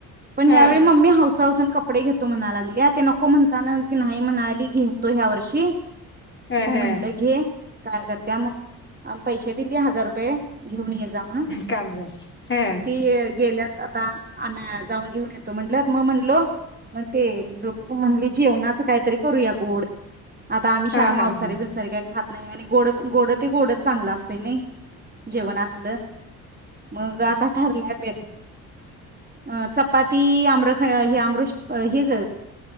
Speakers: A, on the right (about 20°); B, on the left (about 25°).
A: पण
B: ह
A: ह्यावेळी मम्मी हौऊस हौवसन कपडे घेतो म्हणा लागल्या ते न नको म्हणताना की नाही म्हणाली घेतो ह्या वर्षी मग
B: ह ह
A: म्हंटलं घे. काय करत्या मग पैशे दिली हजार रुपय घेऊन येजा म्हणून
B: कामझाल ह.
A: ती गेल्यात आता आन जाऊन घेऊन येतो. म्हटलत मग म्हणलो मग ते दोन प म्हणले जेवणाच काहीतरी करूया गोड आता आम्ही शाळा
B: हा हा
A: मांसारी
B: ह
A: भिवसारी काही खात नाही आणि गोड गोड ते गोडच चांगलं असतय नयी जेवण असल. मग आता ठरलाय बेत. अ चपाती आमराखंड हे आमर हे ग